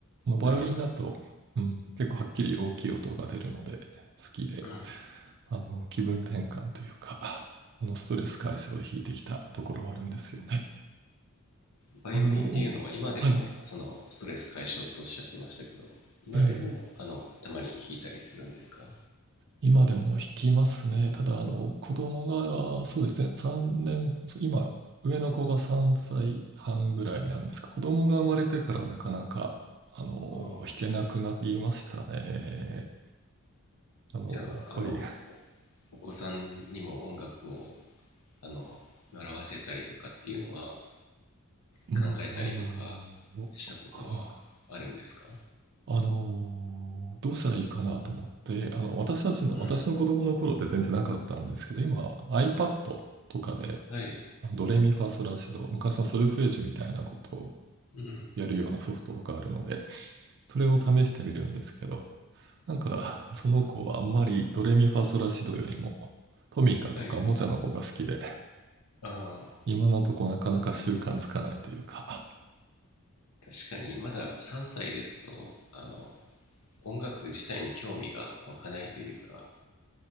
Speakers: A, on the right; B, on the left.
A: このバイオリンだと、
B: なるほど。
A: うん、結構はっきり大きい音が出るので、好きで、
B: うん。
A: あの、気分転換というか、あの、ストレス解消で弾いてきたところはあるんですよね。
B: バイオリンっていうのは今でもそのストレス解消とおっしゃってましたけど、
A: あの、はい。
B: 今でもあのたまに弾いたりするんですか
A: えー今でも弾きますね。ただ、あの、子供が、そうですね、3年、そう今、上の子が3歳半ぐらいなんですが、子供が生まれてからなかなか、あの、
B: ああ、
A: 弾けなくなりましたね。あの、
B: じゃあ、
A: やっぱり、
B: あの、おお子さんにも音楽をあの習わせたりとかっていうのは
A: うん、
B: 考えたりとか
A: あの、
B: したことはあるんですか
A: あの、あの、どうしたらいいかなと思って、あの、私たちの、
B: うん。
A: 私の子供の頃って全然なかったんですけど、今、iPad とかで、
B: はい。
A: あのドレミファソラシド、昔のソルフェージュみたいなこと
B: うん。
A: やるようなソフトとかあるので、それを試してみるんですけど、なんか、その子はあんまりドレミファソラシドよりも、トミカとかおもちゃの方が好きで、
B: はい。ああ、
A: 今のとこなかなか習慣つかないというか、
B: 確かにまだ3歳ですと、あの、音楽自体に興味が湧かないというか